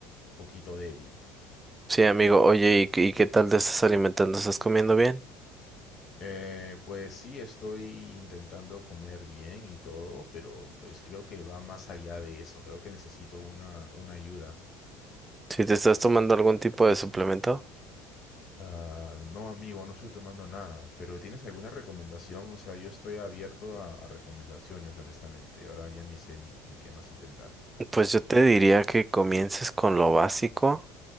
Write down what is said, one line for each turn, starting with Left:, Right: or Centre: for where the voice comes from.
Left: un poquito débil.
Right: sí amigo, oye, ¿y, qué y qué tal te estás alimentando? ¿Estás comiendo bien?
Left: Eh, pues sí, estoy intentando comer bien y todo, pero pues creo que va más allá de eso. Creo que necesito una, una ayuda.
Right: Si te estás tomando algún tipo de suplemento,
Left: Ah, no, amigo, no estoy tomando nada, pero ¿tienes alguna recomendación? O sea, yo estoy abierto a, a recomendaciones, honestamente. Ahora ya ni sé ni, ni qué más intentar.
Right: pues yo te diría que comiences con lo básico,